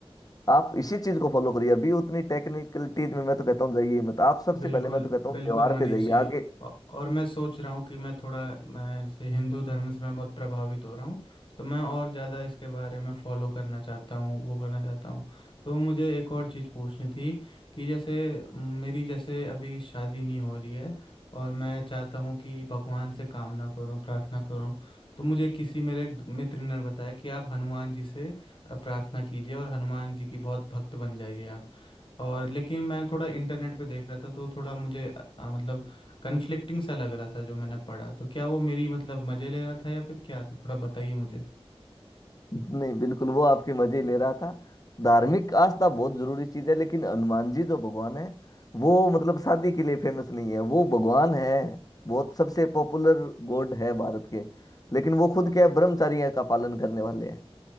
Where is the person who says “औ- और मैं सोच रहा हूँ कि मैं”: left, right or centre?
Left